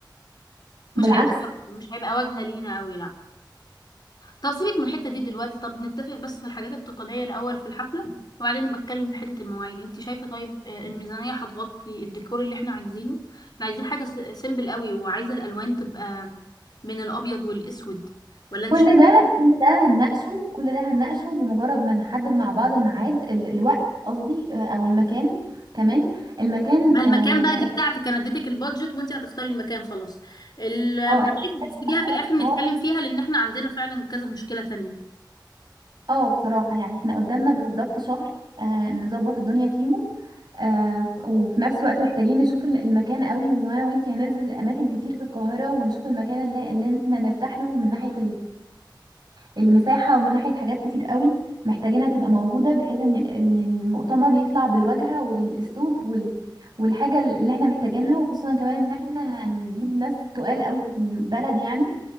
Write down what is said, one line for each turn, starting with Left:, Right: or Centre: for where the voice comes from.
Right: بالعكس
Left: مش هيبقى مش هيبقى واجهه لينا قوي لا طب سيبك من الحته دي دلوقتي طب نتفق بس في الحاجات التقنيه الاول في الحفله وبعدين بتكلم في حته المواعيد انت شايفه طيب آه، الميزانيه هتغطي الديكور اللي احنا عايزينه احنا عايزين حاجه سيمبل قوي وعايزه الالوان تبقى من الابيض والاسود ولا انت
Right: كل ده كل ده هنناقشه كل ده هنناقشه بمجرد ما نحدد مع بعض الميعاد ال- الوقت قصدي آه، او المكان كمان المكان
Left: ما المكان
Right: اه
Left: بقى دي بتاعتك انا اديتك البادجت وانت هتختاري المكان خلاص الميعاد
Right: آه، احنا
Left: سيبيها في الاخر نتكلم
Right: اه
Left: فيها لان احنا عندنا فعلا كذا مشكلة تانية
Right: آه، بصراحة يعني احنا قدامنا بالظبط شهر آه نظبط الدنيا فيهم آه وفي نفس الوقت محتاجين نشوف ال- المكان قوي وانا وانتي هننزل اماكن كتير في القاهرة ونشوف المكان اللي, اللي احنا نرتاح له من ناحية المساحة ومن ناحية حاجات كتير قوي محتاجينها تبقى موجودة بحيث ان ال- إن المؤتمر يطلع بالواجهة والاسلوب وال... والحاجة اللي احنا محتاجينها وخصوصا كمان ان احنا هنجيب ناس تقال قوي في البلد يعني